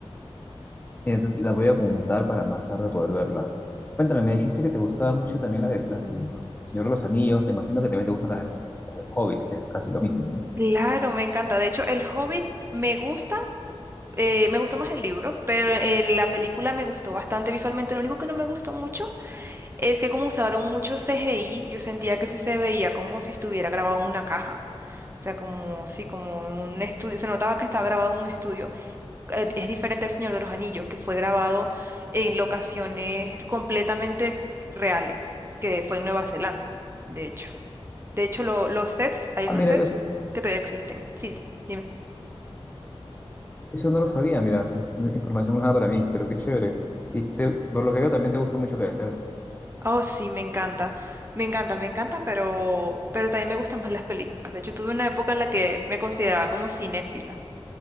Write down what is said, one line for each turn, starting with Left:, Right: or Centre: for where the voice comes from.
Left: Mira, Entonces la voy a apuntar para más tarde poder verla. Cuéntame, me dijiste que te gustaba mucho también la de, la del Señor de los Anillos. Me imagino que también te gustan las, de- las del Hobbit, que es casi lo mismo, ¿no?
Right: Claro, me encanta. De hecho, El Hobbit me gusta, eh, me gustó más el libro, pero eh, la película me gustó bastante visualmente. Lo único que no me gustó mucho Es que como usaron mucho CGI, yo sentía que sí se veía como si estuviera grabado en una caja. O sea, como, sí, como en un estudio. Se notaba que estaba grabado en un estudio. Eh, Es diferente al Señor de los Anillos, que fue grabado en locaciones completamente reales, que fue en Nueva Zelanda, de hecho. De hecho, lo- los sets, hay
Left: Ah,
Right: unos
Left: mira,
Right: sets
Left: eso,
Right: que todavía existen. Sí, dime.
Left: eso no lo sabía, mira. Es una información nueva para mí, pero qué chévere. Y te- por lo que veo también te gusta mucho leer.
Right: Oh, sí, me encanta. Me encanta, me encanta, pero, pero también me gustan más las películas. De hecho, tuve una época en la que me consideraba como cinéfila.